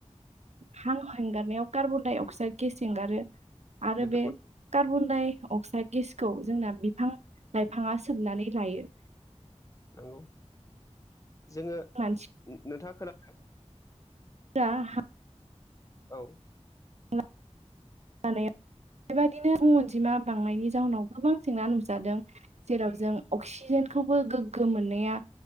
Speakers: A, on the right; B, on the left.
A: हां हंगारनायाव कार्बन डाइ अक्साइड गेस एंगारो आरो
B: बेफोरबो
A: बेे कार्बन दाइ अक्साइड गेसखौ जोंना बिफां लाइफाङा सोबनानै लायो
B: नंगौ जोङो
A: मानसि <unintelligible>
B: नोंथाङा खोना
A: <unintelligible>
B: औ
A: <unintelligible> जानायाव बेबायदिनो अनजिमा बांनायनि जाहोनाव गोबां जेंना नुजादों जेराव जों अक्सिजेनखौबो गोग्गो मोननाया